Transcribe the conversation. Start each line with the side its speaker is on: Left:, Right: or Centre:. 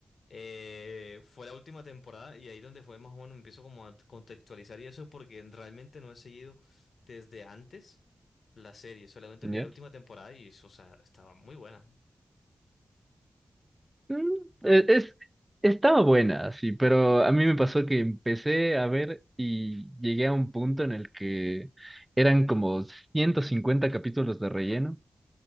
Left: eh, fue la última temporada y ahí donde fue más o menos empiezo como a contextualizar y eso porque realmente no he seguido desde antes la serie, solamente
Right: ¿ya?
Left: miré la última temporada y o sea, estaba muy buena.
Right: Mm, e- Es, estaba buena, sí, pero a mí me pasó que empecé a ver y llegué a un punto en el que eran como 150 capítulos de relleno.